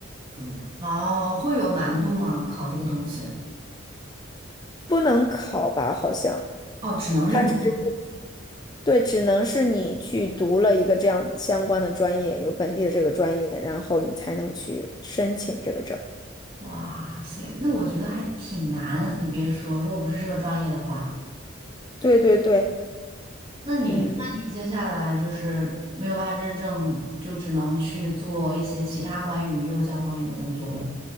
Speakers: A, on the right; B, on the left.
A: 嗯，哦，会有难度吗？考这个东西？
B: 不能考吧？好像
A: 哦，只能认证。
B: 他只是对，只能是你去读了一个这样相关的专业，有本地的这个专业，然后你才能去申请这个证。
A: 哇塞，那我觉得还挺难。你别说，如果不是这个专业的话，
B: 对对对，
A: 那你那你接下来就是没有办法认证，
B: 嗯，
A: 就只能去做一些其他关于幼教方面的工作喽。